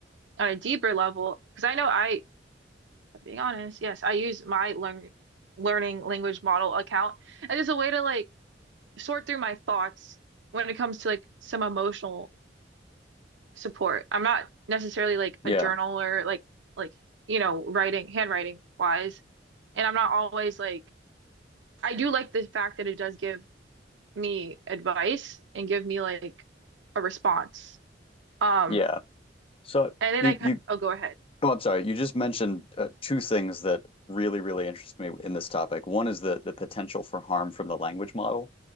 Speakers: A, on the right (about 80°); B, on the left (about 30°).
A: on a deeper level, because I know I being honest, yes, I use my learn learning language model account as just a way to like sort through my thoughts when it comes to like some emotional support. I'm not necessarily like
B: Yeah.
A: a journaler, like like you know, writing, handwriting wise, and I'm not always like I do like the fact that it does give me advice and give me like a response. Um,
B: Yeah. So
A: and then
B: you
A: I
B: you
A: I'll go ahead.
B: Oh, I'm sorry. You just mentioned uh, two things that really, really interest me in this topic. One is the the potential for harm from the language model.